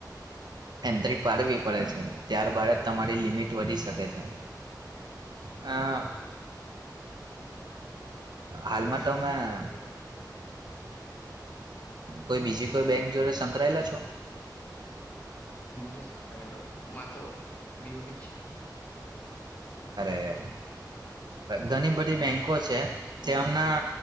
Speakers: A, on the right (about 70°); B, on the left (about 20°).
A: એન્ટ્રી પાડવી પડે છે ત્યારબાદ તમારી લિમિટ વઢી શકે છે આ હાલમાં તો મેં કોઈ બીજી કોઈ બેંક જોડે સંકળાયેલા છો.
B: નથીલો માત્ર બીું ઓ બી છે.
A: અરે ઘણી બધી બેંકો છે તેમના